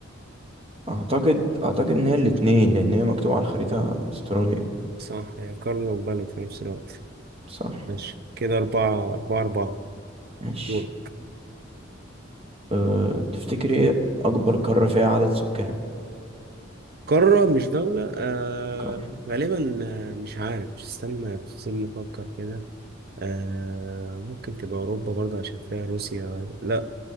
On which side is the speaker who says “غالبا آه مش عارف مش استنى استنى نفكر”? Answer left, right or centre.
Right